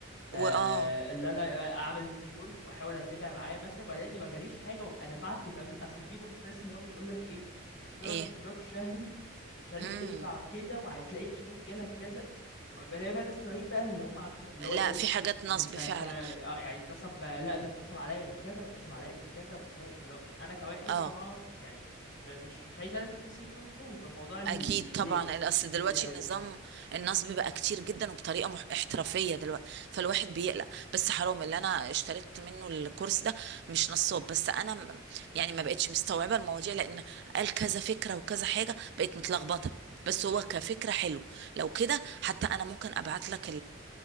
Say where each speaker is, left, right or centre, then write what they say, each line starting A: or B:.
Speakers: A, on the left; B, on the right.
A: آه،
B: واه
A: اللي انا اعمل في كورس واحاول اتابع معاه مثلا ولا اني ما جاليش حاجه وابقى دفعت مبلغ اصل في برضو ناس اللي هو بيقول لك ايه اشترك
B: ايه
A: اشتراك شهري ومش عارف
B: امم
A: ادفع كده وهتلاقي مش عارف جالك كذا وبلاقي بقى ناس طالعين بقى اللي هم عكسهم اللي
B: لا
A: هو ايه
B: في حاجات نصب
A: انت انت
B: فعلا
A: آه، يعني اتنصب لا ده اتنصب عليا من كذا واتنصب عليا من كذا ومن كذا فاللي هو انا كواحد
B: اه
A: طبعا يعني م- مش مش عايز ارمي فلوسي يمين وشمال فالموضوع ال-
B: اكيد
A: بيقلقني
B: طبعا الاصل
A: بيقلقني
B: دلوقتي
A: قوي
B: النظام النصب بقى كتير جدا وبطريقه مح- احترافيه دلوقتي فالواحد بيقلق بس حرام اللي انا اشتريت منه الكورس ده مش نصاب بس انا م- يعني ما بقتش مستوعبه المواضيع لان قال كذا فكره وكذا حاجه بقت متلخبطه بس هو كفكره حلو لو كده حتى انا ممكن ابعت لك